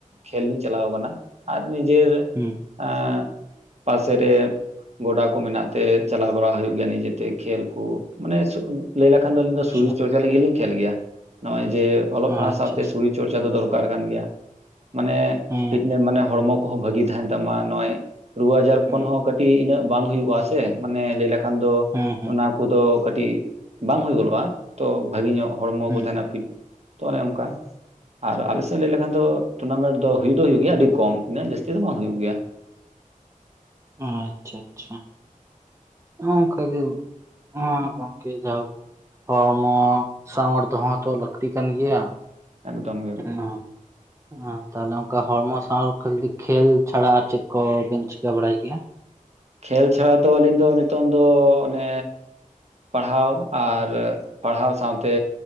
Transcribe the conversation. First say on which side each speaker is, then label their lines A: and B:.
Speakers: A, on the right (about 50°); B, on the right (about 20°).
A: ᱠᱷᱮᱞ ᱞᱤᱧ ᱠᱷᱮᱞ ᱪᱟᱞᱟᱣ ᱠᱟᱱᱟ ᱟᱨ ᱱᱤᱡᱮᱨ
B: ᱦᱮᱸ
A: ᱟᱸ ᱯᱟᱥᱮᱨᱮ ᱜᱚᱰᱟ ᱠᱚ ᱢᱮᱱᱟᱜ ᱛᱮ ᱪᱟᱞᱟᱣ ᱵᱟᱲᱟ ᱦᱩᱭᱩᱜ ᱜᱮᱭᱟ ᱱᱤᱡᱮᱛᱮ ᱠᱷᱮᱞ ᱠᱩ ᱢᱟᱱᱮ <unintelligible> ᱞᱟᱹᱭ ᱞᱮᱠᱷᱟᱱ ᱫᱚ ᱟᱞᱤᱧ ᱫᱚ ᱥᱚᱨᱤᱨ
B: ᱟᱪᱪᱷᱟ
A: ᱪᱚᱨᱪᱟ ᱞᱟᱹᱜᱤᱫ ᱞᱤᱧ ᱠᱷᱮᱞ ᱜᱮᱭᱟ ᱱᱚᱜ-ᱚᱭ ᱡᱮ ᱚᱞᱚᱜ ᱯᱟᱲᱦᱟᱣ
B: ᱟᱪᱪᱷᱟ
A: ᱥᱟᱶᱛᱮ
B: ᱟᱪᱪᱷᱟ
A: ᱥᱤᱨᱤᱨ ᱪᱚᱨᱪᱟ ᱫᱚ ᱫᱚᱨᱠᱟᱨ ᱠᱟᱱ ᱜᱮᱭᱟ ᱢᱟᱱᱮ
B: ᱦᱮᱸ
A: ᱯᱷᱤᱴ
B: ᱦᱮᱸ
A: ᱢᱟᱱᱮ ᱦᱚᱲᱢᱚ ᱠᱚ ᱦᱚᱸ ᱵᱷᱟᱹᱜᱤ ᱛᱟᱦᱮᱱ ᱛᱟᱢ ᱢᱟ ᱱᱚᱜ-ᱚᱭ ᱨᱩᱣᱟᱹ ᱟᱡᱟᱨ ᱠᱷᱚᱱ
B: ᱦᱮᱸ
A: ᱦᱚᱸ ᱠᱟᱹᱴᱤᱡ ᱤᱱᱟᱹᱜ ᱵᱟᱝ ᱦᱩᱭᱩᱜᱼᱟ᱾ ᱥᱮ ᱢᱟᱱᱮ ᱞᱟᱹᱭ ᱞᱮᱠᱷᱟᱱ ᱫᱚ
B: ᱦᱮᱸ ᱦᱮᱸ
A: ᱚᱱᱟ ᱠᱚᱫᱚ ᱠᱟᱹᱴᱤᱡ ᱵᱟᱝ ᱦᱩᱭ ᱜᱚᱫᱚᱜᱼᱟ᱾ ᱛᱚ ᱵᱷᱟᱹᱜᱤ ᱧᱚᱜ ᱦᱚᱲᱢᱚ ᱠᱚ
B: ᱦᱮᱸ
A: ᱛᱟᱦᱮᱱᱟ ᱯᱷᱤᱴ ᱛᱚ ᱚᱱᱮ ᱚᱱᱠᱟ ᱟᱨ ᱟᱞᱮ ᱥᱮᱫ ᱞᱟᱹᱭ ᱞᱮᱠᱷᱟᱱ ᱫᱚ ᱴᱩᱨᱱᱟᱢᱮᱱᱴ ᱫᱚ ᱦᱩᱭ ᱫᱚ ᱦᱩᱭᱩᱜ ᱜᱮᱭᱟ ᱟᱰᱤ ᱠᱚᱢ ᱩᱱᱟᱹᱜ ᱡᱟᱹᱥᱛᱤ ᱫᱚ ᱵᱟᱝ ᱦᱩᱭᱩᱜ ᱜᱮᱭᱟ᱾
B: ᱚ ᱟᱪᱪᱷᱟ ᱟᱪᱪᱷᱟ᱾ ᱦᱚᱸ ᱚᱱᱠᱟᱜᱮ ᱦᱮᱸ ᱜᱚᱝᱠᱮ ᱡᱟᱭᱦᱳᱠ ᱦᱚᱲᱢᱚ ᱥᱟᱶᱟᱨ ᱫᱚᱦᱚ ᱦᱚᱸᱛᱚ ᱞᱟᱹᱠᱛᱤ ᱠᱟᱱ ᱜᱮᱭᱟ᱾
A: ᱮᱠᱫᱚᱢ ᱜᱮ ᱮᱠᱫᱚᱢ
B: ᱦᱚᱸ ᱦᱚᱸ ᱛᱟᱦᱚᱞᱮ ᱚᱱᱠᱟ ᱦᱚᱲᱢᱚ <unintelligible> ᱠᱷᱮᱞ ᱪᱷᱟᱲᱟ ᱟᱨ ᱪᱮᱫ ᱠᱚᱵᱤᱱ ᱪᱤᱠᱟᱹ ᱵᱟᱲᱟᱭ ᱜᱮᱭᱟ?
A: ᱠᱷᱮᱞ ᱪᱷᱟᱲᱟ ᱫᱚ ᱟᱹᱞᱤᱧ ᱫᱚ ᱱᱤᱛᱚᱝ ᱫᱚ ᱚᱱᱮ ᱯᱟᱲᱦᱟᱣ ᱟᱨ ᱯᱟᱲᱦᱟᱣ ᱥᱟᱶᱛᱮ